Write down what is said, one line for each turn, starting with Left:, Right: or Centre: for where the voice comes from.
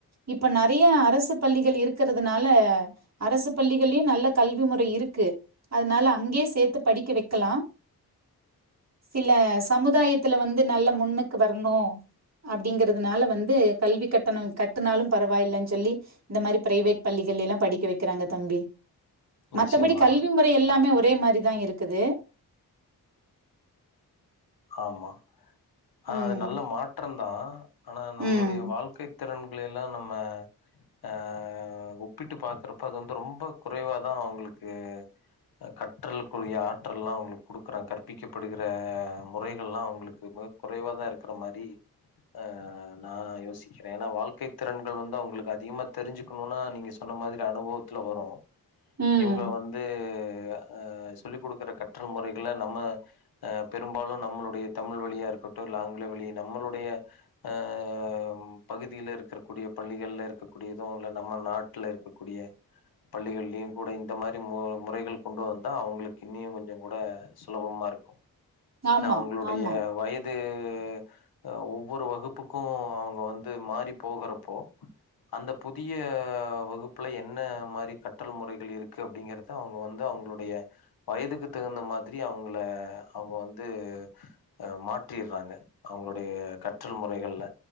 Right: இப்ப நெறய அரசு பள்ளிகள் இரு க்கறதுனால அரசு பள்ளிகள்லயுயம் நல்ல கல்வி முறை இருக்கு அதனால அங்கே சேத்து படிக்க வைக்கலாம் சில சமுதாயத்துல வந்து நல்ல முன்னுக்கு வரணு அப்டிங்கிறதுனால வந்து கல்வி கட்டணம் கட்டுனாலும் பரவாயில்லைன்னு சொல்லி இந்த மாதிரி ப்ரைவேட் பள்ளிகள்லே எல்லாம் படிக்க வைக்கறாங்க தம்பி
Left: நிச்சயமா
Right: மத்தபடி கல்வி முறை எல்லாமே ஒ ஒரே மாதிரி தான் இருக்குது
Left: ஆமா ஆஹ்
Right: ம்
Left: அது நல்ல மாற்றம் தா ஆனா நம்மளுடைய
Right: ம்
Left: வாழக்கை திறன்களை எல்லா நம்ம ஆஹ் ஒப்பிட்டு பாக்குறப்ப அது வந்து ரொம்ப குறைவாதா அவுங்களுக்கு கற்றல்குரிய ஆற்றெல்லா அவுங்களுக்கு கொடுக்குறாங்க கற்பிக்கப்படுகிற முறைகள் எல்லா அவுங்களுக்கு மிக குறைவா தா இருக்கற மாதிரி ஆஹ் நா யோசிக்கிற ஏன்னா வாழ்க்கை திறன்கள் வந்து அவுங்களுக்கு அதிகமா தெரிஞ்சுக்கணும்னா நீங்க சொன்ன மாதிரி அனுபவத்துல வரும்
Right: ம்
Left: இவுங்க வந்து அஹ் அஹ் சொல்லி குடுக்குற கற்று முறைகள நம்ம அஹ் பெரும்பாலு நம்மளுடைய தமிழ் வழியா இருக்கட்டு இல்ல ஆங்கில வழி நம்மளுடைய அஹ் உம் பகுதில இருக்றக்கூடிய பள்ளிகள்ல இருக்கக்கூடியது இல்ல நம்ம நாட்ல இருக்கக்கூடிய பள்ளிகள்லயு கூட இந்த மாரி மு முறைகள் கொண்டு வந்தா அவுங்களுக்கு இன்னியு கொஞ்சங் கூட சுலபமா இருக்கு
Right: ஆமா
Left: நா அவ்ங்ளுடைய
Right: ஆமா
Left: வயது அஹ் ஆஹ் ஒவ்வொரு வகுப்புக்கு அவுங்க வந்து மாறி போகறப்போ அந்த புதிய வகுப்புல என்ன மாரி கற்றல் முறைகள் இருக்கு அப்டிங்கறத அவ்ங்க வந்து அவ்ங்களுடைய வயதுக்கு தகுந்த மாதிரி அவ்ங்கள அவ்ங்க வந் து அஹ் மாற்றிறாங்க அவ்ங்களுடைய கற்றல் முறைகள்ல